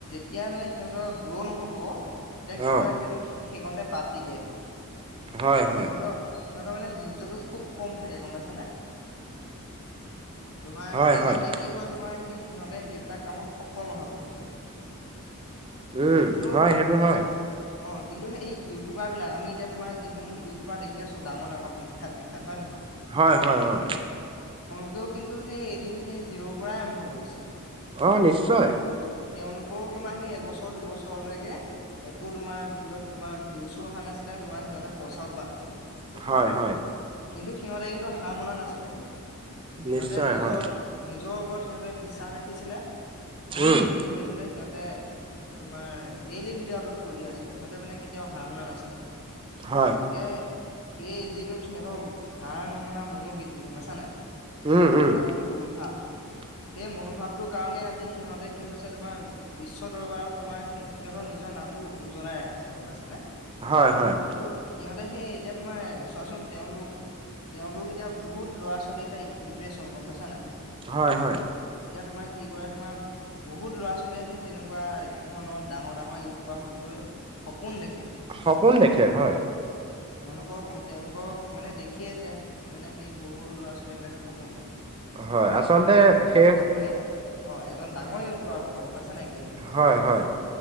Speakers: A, on the left; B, on the right.
A: তেতিয়া মানে সিহঁতৰ গ্ৰ' নহব তেতিয়া কি
B: অ
A: কৰে সেইটো সেইকাৰণতে বাদ দি দিয়ে সিহঁতে।
B: হয় হয়
A: সিহঁতৰ সিহঁতৰ মানে ধৈৰ্য্যটো খুব কম থাকে গম পাইছানে। তোমাৰ
B: হয়
A: সেইকাৰণে
B: হয়
A: কি হয় তোমাৰ সেই সিহঁতে সেইবিলাক কামত সফল নহয় পুতুককে।
B: উম
A: কিন্তু অ
B: হয় সেইটো হয়
A: কিন্তু সেই ই ইউটিউবাৰ বিলাক আমি এতিয়া তোমাৰ যিসমহ ইউটিউবাৰ দেখি আছোঁ ডাঙৰ ডাঙৰ বিষাত বিষাত হয় নহয়।
B: হয় হয় হয়।
A: ও কিন্তু সেই এদিন সেই জিৰ'ৰ পৰাই আৰম্ভ কৰিছে।
B: অ নিশ্চয়।
A: তেওঁলোকৰও তোমাৰ সেই এবছৰ দুবছৰলৈকে একো তোমাৰ ভিডিঅ'ত তোমাৰ ভিউজও অহা নাছিল তোমাৰ সিহঁতে পইচাও পোৱা নাছিলে ভিতৰৰ
B: হয়
A: পৰা
B: হয়
A: কিন্তু সিহঁতে কিন্তু সাৰ মনা নাছিলে কিন্তু সিহঁতে
B: নিশ্চয়
A: নিজৰ
B: হয়
A: নিজৰ ওপৰত সিহঁতে বিশ্বাস ৰাখিছিলে
B: উম
A: আৰু কি কৰিছিলে সিহঁতে তোমাৰ ডেইলি ভিডিঅ' আপলোড কৰি আছিলে সিহঁতে মানে কেতিয়াও হাৰ মনা নাছিলে।
B: হয়
A: গতিকে সেই যিটো হেতৰ হাৰ নমনা মনোবৃত্তি গম পাইছা নে
B: উম
A: হাৰ নমুনা
B: উম
A: যিটো মনোভাৱ
B: <inaudible>
A: সেই মনোভাৱটোৰ কাৰণে আজি সিহঁতে কি হৈছে তোমাৰ বিশ্ব দৰবাৰত তোমাৰ সি সিহঁতৰ নিজৰ নাম টো উজ্বলাই ৰাখিছে গম পাইছা নে।
B: হয় হয়
A: আৰু সিহঁতে সেই এতিয়া তোমাৰ চোৱাচোন তেওঁলোক তেওঁলোক এতিয়া বহুত ল'ৰা ছোৱালী এতিয়া ইম্প্ৰেচন গম পাইছা নাই।
B: হয় হয়।
A: এতিয়া তোমাৰ কি কৰে তোমাৰ বহুত ল'ৰা ছোৱালীয়ে সেই তেনেকুৱা ধৰণৰ ডাঙৰ ডাঙৰ ইউটিউবাৰ হ'বলৈ <inaudible> সপোন দেখে
B: সপোন
A: তেওঁলোকক
B: দেখে
A: লৈয়ে
B: হয়
A: তেওঁলোকক তেওঁলোকক মানে দেখিয়ে এতিয়া মানে সেই সৰু সৰু ল'ৰা ছোৱালী বিলাকে সপোন দেখে।
B: হয়
A: যে
B: আচলতে
A: তেওঁলোকেও
B: সেই
A: ডাঙৰ হৈ অ এজন ডাঙৰ ইউটিউবাৰ হব গম পাইছা নাই গেম খেলি
B: হয় হয়